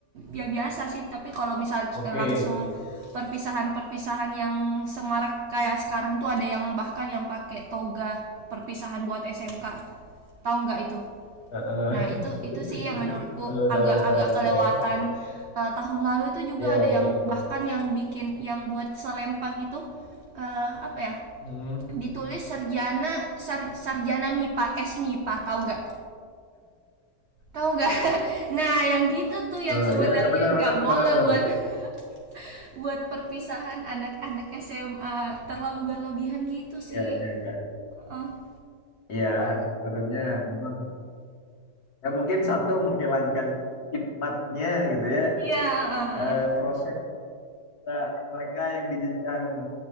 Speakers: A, on the right; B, on the left.
A: ya biasa sih tapi kalau misal
B: oke
A: langsung perpisahan-perpisahan yang semarak kayak sekarang tuh ada yang bahkan yang pakai toga perpisahan buat SMK tahu nggak itu
B: Heeh.
A: Nah, itu itu
B: <laughs>
A: sih yang menurutku
B: tahu
A: agak-agak
B: tahu tahu
A: kelewatan.
B: tahu
A: Eh, tahun lalu itu juga
B: ya
A: ada yang
B: ya
A: bahkan yang bikin yang buat selempang itu eh, apa ya?
B: Hmm.
A: Ditulis sarjana sar- sarjana MIPA, S MIPA, tahu nggak? Tahu nggak? <laughs> nah, yang gitu tuh
B: Oh,
A: yang sebenarnya
B: ya ya benar
A: nggak
B: benar
A: boleh
B: benar benar
A: buat <laughs> buat perpisahan anak-anak SMA terlalu berlebihan gitu
B: ya
A: sih.
B: ya ya
A: Eh,
B: ya sebenarnya memang ya mungkin satu menghilangkan khidmatnya gitu ya
A: Iya. eh, eh,
B: Eh,
A: eh.
B: proses Nah, mereka yang di jenjang